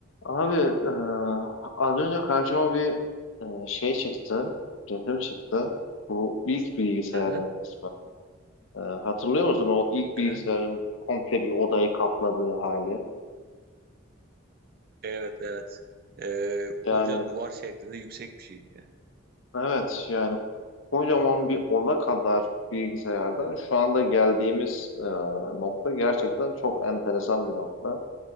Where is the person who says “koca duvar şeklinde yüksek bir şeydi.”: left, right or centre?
Right